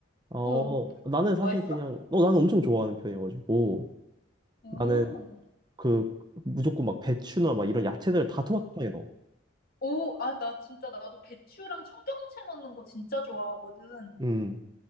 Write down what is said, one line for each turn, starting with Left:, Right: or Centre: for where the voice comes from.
Right: 어
Left: 어,
Right: 나는 사실
Left: 맛있어?
Right: 그냥 어 나는 엄청 좋아하는 편이어가지고.
Left: 오,
Right: 나는 그 무조건 막 배추나 막 이런 야채들 다 토마토탕에 넣어.
Left: 오, 아, 나 진짜 나도 배추랑 청경채 넣는 거 진짜 좋아하거든.
Right: 음.